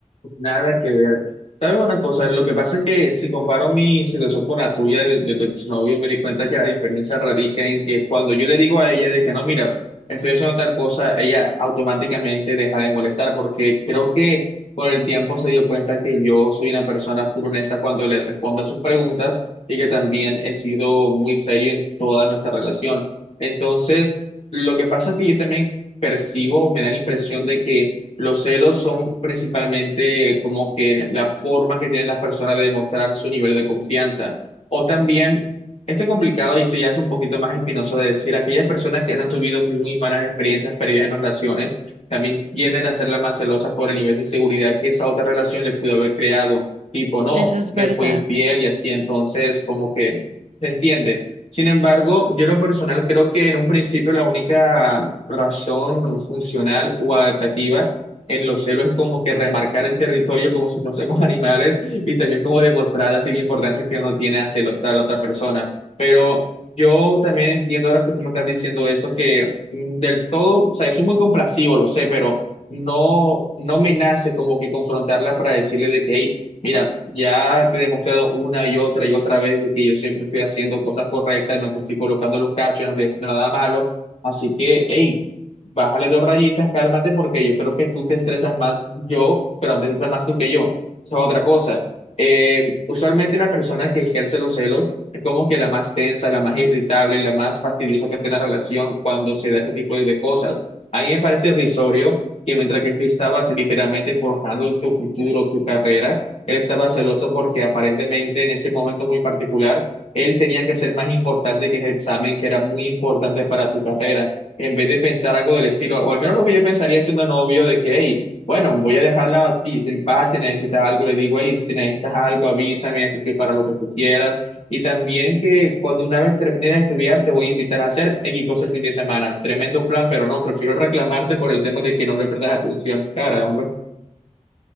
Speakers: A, on the left; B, on the right.
A: Nada que ver. ¿Sabes una cosa? Lo que pasa es que si comparo mi situación con la tuya de, de tu exnovio, me di cuenta que la diferencia radica en que cuando yo le digo a ella de que no, mira, estoy haciendo tal cosa, ella automáticamente deja de molestar, porque creo que con el tiempo se dio cuenta que yo soy una persona full honesta cuando le respondo a sus preguntas y que también he sido muy serio en toda nuestra relación. Entonces, lo que pasa es que yo también percibo, me da la impresión de que los celos son principalmente como que la forma que tienen las personas de demostrar su nivel de confianza. O también, este complicado, y esto ya es un poquito más espinoso de decir, aquellas personas que han tenido muy malas experiencias perdidas en relaciones, también tienden a ser las más celosas por el nivel de inseguridad que esa otra relación le pudo haber creado. Tipo, no,
B: Eso es
A: me
B: verdad.
A: fue infiel y así, entonces como que se entiende. Sin embargo, yo en lo personal creo que en un principio la única razón funcional o adaptativa en los celos es como que remarcar el territorio como si fuésemos <laughs> animales y también como demostrar así la importancia que uno tiene hacia la otra, la otra persona. Pero yo también entiendo ahora que tú me estás diciendo esto, que mm, del todo, o sea, yo soy muy complacido, lo sé, pero no, no me nace como que confrontarla para decirle de que, hey, mira, ya te he demostrado una y otra y otra vez de que yo siempre estoy haciendo cosas correctas, no te estoy colocando los cachos, no estoy haciendo nada malo. Así que, hey, bájale dos rayitas, cálmate, porque yo creo que tú te estresas más yo, pero aún te estresas más tú que yo. Esa es otra cosa. Eh, usualmente la persona que ejerce los celos es como que la más tensa, la más irritable, la más fastidiosa que esté en la relación cuando se da este tipo de de cosas. A mí me parece risorio que mientras que tú estabas literalmente forjando tu futuro, tu carrera, él estaba celoso porque aparentemente en ese momento muy particular, él tenía que ser más importante que ese examen que era muy importante para tu carrera en vez de pensar algo del estilo, o al menos lo que yo pensaría siendo novio, de que, hey, bueno, voy a dejarla a ti en paz, si necesitas algo, le digo, hey, si necesitas algo, avísame, aquí estoy para lo que tú quieras. Y también que cuando una vez termine de estudiar, te voy a invitar a hacer X cosas el fin de semana. Tremendo plan, pero no, prefiero reclamarte por el tema de que no le prestas atención, cara, hombre.